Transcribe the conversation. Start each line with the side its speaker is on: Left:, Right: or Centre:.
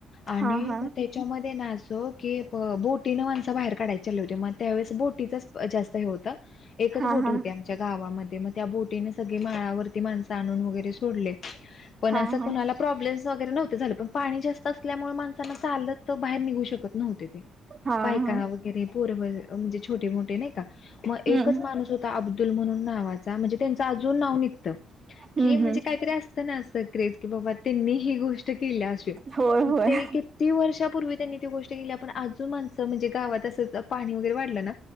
Right: हा
Left: आणि
Right: हा
Left: मग त्याच्यामध्ये ना अ बघ की ब-बोटीनं माणस बाहेर काढायची चालली होते, मग त्यावेळेस बोटीचच जास्त हे होतं. एकच
Right: हा
Left: बोट
Right: हा
Left: होती आमच्या गावामध्ये, मग त्या बोटीने सगळी माळावर ते माणसं आणून वगैरे सोडले, पण
Right: हा
Left: अस
Right: हा
Left: कोणाला प्रॉब्लेम्स वैगेरे नव्हतं झालं. पण पाणी जास्त असल्यामुळे माणसांना चालत तर बाहेर निघू शकत नव्हते ते.
Right: हा
Left: बायका
Right: हा
Left: वर गेरे पोर ब म्हणजे छोटे मोठे नाही का मग एकच
Right: हम्म
Left: माणूस होता अब्दुल म्हणून नावाचा म्हणजे त्यांचं अजून नाव निघतं. की
Right: हम्म
Left: म्हणजे
Right: हम्म
Left: कायतरी अस ते ना अस क्रेज की बाबा त्यांनी ही गोष्ट केल्या अशी,
Right: होय
Left: मग
Right: होय
Left: ते कित किती वर्षापूर्वी त्यांनी ती गोष्ट केली, पण अजून माणसं म्हणजे गावात अस पाणी वगैरे वाढलं ना,